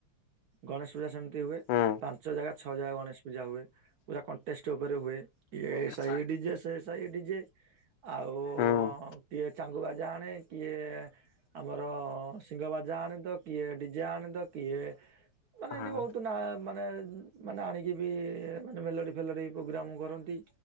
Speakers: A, on the right; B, on the left.
A: ଗଣେଶ ପୂଜା ସେମିତି ହୁଏ
B: ହୁଁ।
A: ପାଞ୍ଚ ଜାଗା ଛଅ ଜାଗା ଗଣେଶ ପୂଜା ହୁଏ। ପୁରା କଣ୍ଟେଷ୍ଟ ଉପରେ ହୁଏ କି ଏ
B: ହୁଁ ହୁଁ
A: ସାଇ ଡି ଜେ ସେ ସାଇ ଡି ଜେ ଆଉ
B: ହୁଁ ହଁ
A: କିଏ ଚାଙ୍ଗୁବାଜା ଆଣେ କିଏ ଆମର ସିଙ୍ଗ ବାଜା ଆଣ ତ କିଏ ଡିଜା ଆଣ ତ କିଏ ମାନେ
B: ହଁ
A: ଏମିତି ବହୁତ ନା ମାନେ ମାନେ ଆଣିକି ବି ମାନେ ମେଲୋଡି ଫେଲୋଡି ପ୍ରୋଗ୍ରାମ କରନ୍ତି।